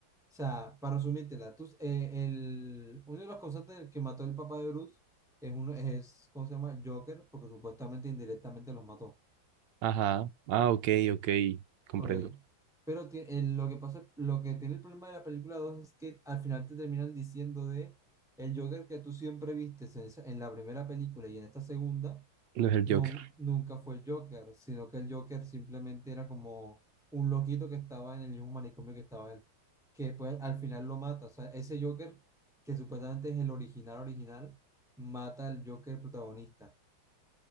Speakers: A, in the centre; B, on the right.
A: sea, para resumírtela, tú, eh, el, uno de los causantes del que mató el papá de Bruce es, uno, es, ¿cómo se llama? Joker, porque supuestamente indirectamente los mató.
B: Ajá. Ah, ok, ok. Comprendo.
A: Ok. Pero ti- el- lo que pasa, lo que tiene el problema de la película 2 es que al final te terminan diciendo de el Joker que tú siempre viste en, esa- en la primera película y en esta segunda
B: No es el
A: nun-
B: Joker.
A: nunca fue el Joker, sino que el Joker simplemente era como un loquito que estaba en el mismo manicomio que estaba él, que pues al final lo mata. O sea, ese Joker, que supuestamente es el original original, mata al Joker protagonista